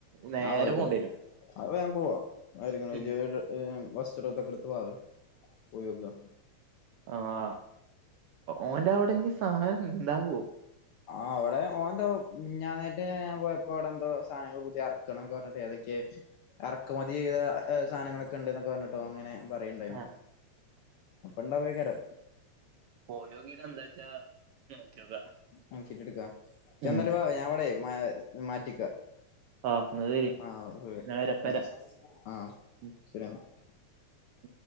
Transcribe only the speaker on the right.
നേരെ
പോണ്ടി വരും
ഉം
ആഹ്, ഓന്റെ അവിടെ ഇഞ്ഞ് സാധനം ഇണ്ടാവോ?
ആഹ്
പോയൊകീട്ട് എന്താച്ചാ നോക്കിയോക്കാ
ഉം
ആഹ് എന്നാ ശരി
ഞാൻ വരാ
ഇപ്പ വരാ
ഉം
ഉം